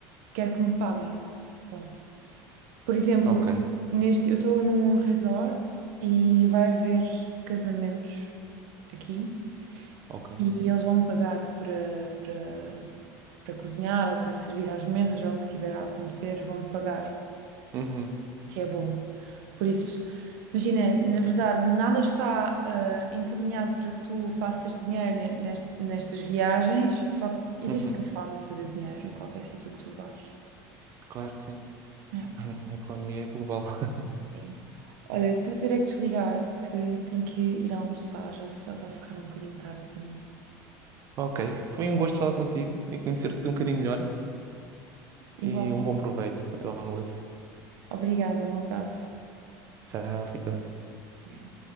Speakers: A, on the right; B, on the right.
A: quero que me paguem. Pronto. Por exemplo,
B: Ok.
A: neste, eu estou num resort e vai haver casamentos aqui
B: Ok.
A: e eles vão me pagar para, para, para cozinhar ou para servir às mesas ou o que tiver a acontecer, vão me pagar,
B: Uhum.
A: o que é bom. Por isso, imagina, na verdade, nada está ah, encaminhado para que tu faças dinheiro ne- nest- nestas viagens, só existe
B: Uhum.
A: sempre forma de fazer dinheiro em qualquer sítio que tu vás.
B: Claro que sim.
A: É.
B: <laughs> A economia é global. <laughs>
A: Sim. Olha, vou ter é que desligar, que tenho que ir almoçar, já já está a ficar um bocadinho tarde para mim.
B: Ok. Foi um gosto falar contigo e conhecer-te um bocadinho melhor.
A: Igual.
B: E um bom proveito para o teu almoço.
A: Obrigada, um abraço.
B: Já fica bem.
A: Obrigada.